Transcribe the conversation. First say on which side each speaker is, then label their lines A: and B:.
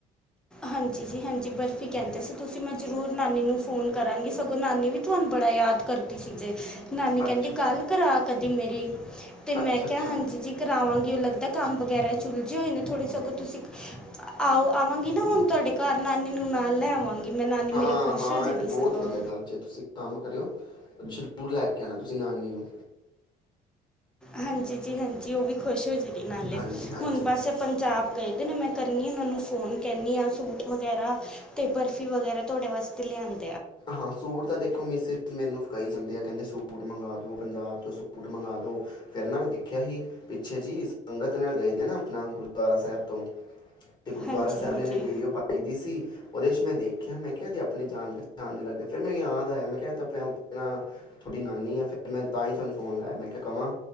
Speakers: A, in the centre; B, on the left.
A: ਹਾਂਜੀ ਜੀ ਹਾਂਜੀ, ਬਰਫ਼ੀ ਕੈਂਦੇ ਸੀ ਤੁਸੀਂ ਮੈਂ ਜਰੂਰ ਨਾਨੀ ਨੂੰ ਫ਼ੋਨ ਕਰਾਂਗੀ। ਸਗੋ ਨਾਨੀ ਵੀ ਤੁਹਾਨ ਬੜਾ ਯਾਦ ਕਰਦੀ ਸੀ ਜੇ। ਨਾਨੀ
B: ਅੱਛਾ
A: ਕੈਂਦੀ ਗੱਲ ਕਰਾ ਕਦੀ ਮੇਰੀ, ਤੇ ਮੈਂ
B: ਅੱਛਾ
A: ਕੇਆ
B: ਅੱਛਾ
A: ਹਾਂਜੀ ਜੀ ਕਰਾਵਾਂਗੀ ਓ ਲੱਗਦਾ ਕੰਮ ਵਗੈਰਾ ਚ ਉਲਝੇ ਹੋਏ ਨੇ ਥੋੜੇ ਸਗੋਂ ਤੁਸੀਂ ਆਓ ਆਵਾਂਗੀ ਨਾ ਹੁਨ ਤੁਹਾਡੇ ਘਰ ਨਾਨੀ ਨੂੰ ਨਾਲ ਲੈ ਆਵਾਂਗੀ। ਨਾਨੀ ਮੇਰੀ
B: ਹਾਂ,
A: ਖੁਸ਼
B: ਹਾਂ
A: ਹੋ ਜਾਏਗੀ
B: ਐ ਤੇ
A: ਸਗੋਂ
B: ਬੋਤ ਵਦੀਆ ਗੱਲ ਜੇ। ਤੁਸੀ ਕੰਮ ਕਰੇਓ ਜ ਰੂਰ ਲੈ ਕੇ ਆਣਾ ਤੁਸੀ ਨਾਨੀ ਨੂੰ।
A: ਹਾਂਜੀ ਜੀ ਹਾਂਜੀ ਓਅ ਵੀ ਖੁਸ਼ ਹੋ ਜੇ ਨਾਲੇ
B: ਹਾਂਜੀ ਹਾਂਜੀ
A: ਹੁਨ ਬਸ ਪੰਜਾਬ ਗਏ। ਓ ਨਾਲ ਮੈਂ ਕਰਨੀ ਆਂ ਓਨਾਂ ਨੂੰ ਫੋਨ ਕੈਨੀ ਆਂ ਸੂਟ ਵਗੈਰਾ, ਤੇ ਬਰਫ਼ੀ ਵਗੈਰਾ ਤੁਹਾਡੇ ਵਾਸਤੇ ਲੇ ਆਨ।
B: ਹਾਂ ਸੂਟ ਤਾਂ ਦੇਖੋ <unintelligible> ਮੈਨੂੰ ਕਈ ਜਾਂਦੇ ਆ, ਕੈਂਦੇ ਸੂਟ ਮੰਗਾ ਦੋ ਪੰਜਾਬ ਤੋ ਸੂਟ ਮੰਗਾ ਦੋ। ਫੇਰ ਨਾ ਮੈਂ ਦੇਖੇਆ ਹੀ, ਪਿੱਛੇ ਜੀ ਸੰਗਤ ਨਾਲ ਗਏ ਦੇ ਆ ਨਾ ਆਪਨਾ ਗੁਰਦੁਆਰਾ ਸਾਏਬ ਤੋਂ ਤੇ ਗੁਰਦੁਆਰਾ
A: ਹਾਂਜੀ
B: ਸਾਏਬ
A: ਹਾਂਜੀ
B: ਆਲੇ ਨੇ ਵੀੜੀਓ ਪਾਈ ਦੀ ਸੀ ਓਦੇ ਚ ਮੈਂ ਦੇਖੇਆ ਮੈਂ ਕੇਆ ਏਦੇ ਅਪਨੇ ਜਾਨ <unintelligible> ਫਿਰ ਮੈਂ ਯਾਦ ਆਯਾ, ਮੈਂ ਕੇਆ ਏ ਤ ਤਾਂ ਪੇ ਓ ਅਪਨਾ ਥੋਡੀ ਨਾਨੀ ਆ ਫਿਰ ਤਾ ਈ ਤੁਹਾਨੂੰ ਫੋਨ ਲਾਯਾ। ਮੈਂ ਕੇਆ ਕਵਾਂ